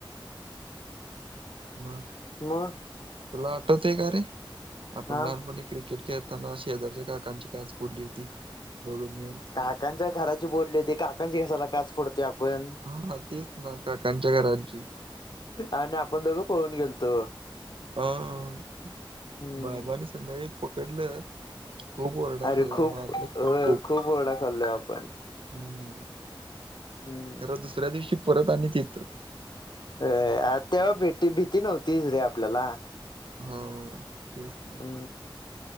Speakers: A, on the right; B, on the left.
A: बर.
B: मग.
A: तुला आठवत आहे का रे? आपण
B: हा
A: लहानपणी क्रिकेट खेळताना शेजारच्या काकांची काच फोडली होती. दोघं मिळून.
B: काकांच्या घराची फोडली होती काकांची कशाला काच फोडत ची आपण.
A: हा तेच ना काकांच्या घराची.
B: आणि आपण दोघं पळुन गेलतो.
A: हो.
B: हम्म
A: बाबानी संध्याकाळी पकडलं खूप ओरडा
B: अरे
A: खाल्ला
B: खूप
A: मारलीत पण
B: अ
A: खूप.
B: ओरडा खाल्लोय आपण.
A: हम्.
B: हम्म.
A: खर दुसऱ्या दिवशी परत आणि तिथं.
B: अ तेव्हा भेती भीती नव्हतीच रे आपल्याला.
A: हा. तेच. ना
B: हम्.